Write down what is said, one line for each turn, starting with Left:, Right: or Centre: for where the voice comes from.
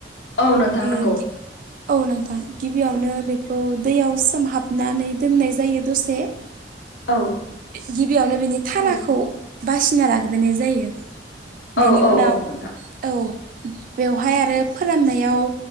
Left: औ नोंथां
Right: आ
Left: नंगौ
Right: औ नोंथां गिबियावनो बेखौ दैयाव सोमहाबनानै दोननाय जायो दसे <inaudible>
Left: औ
Right: गिबियावनो बिनि थाराखौ
Left: औ
Right: बासिना लाग्रोनाय जायो। बेनि
Left: औ औ
Right: उनाव
Left: औ नोंथां
Right: औ बेवहाय आरो। फोराननायाव